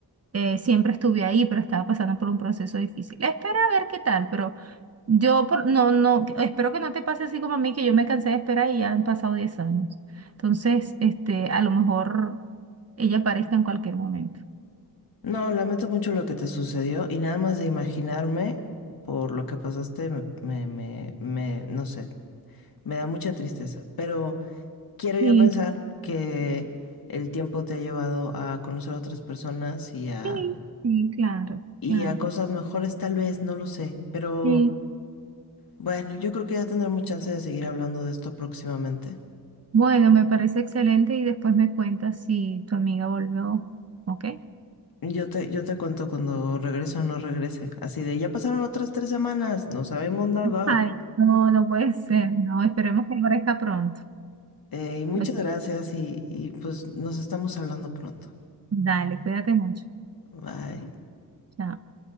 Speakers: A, on the right (about 40°); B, on the left (about 65°).
A: eh, siempre estuve ahí, pero estaba pasando por un proceso difícil. Espera a ver qué tal, pero yo por, no, no, que- espero que no te pase así como a mí, que yo me cansé de esperar y ya han pasado 10 años. Entonces, este, a lo mejor ella aparezca en cualquier momento.
B: No, lamento mucho lo que te sucedió y nada más de imaginarme por lo que pasaste, me, me, me, me- no sé, Me da mucha tristeza, pero quiero yo
A: Sí,
B: pensar que el tiempo te ha llevado a conocer a otras personas y a,
A: sí, sí, claro,
B: y
A: claro.
B: a cosas mejores, tal vez, no lo sé, pero
A: Sí.
B: bueno, yo creo que ya tendremos chance de seguir hablando de esto próximamente.
A: Bueno, me parece excelente y después me cuentas si tu amiga volvió, ¿ok?
B: Yo te, yo te cuento cuando regrese o no regrese, así de, ya pasaron otras tres semanas, no sabemos nada.
A: Ay, no, no puede ser, no, esperemos que aparezca pronto.
B: Eh, y muchas
A: Ok,
B: gracias y, y pues nos estamos hablando pronto.
A: Dale, cuídate mucho.
B: Bye.
A: Chao.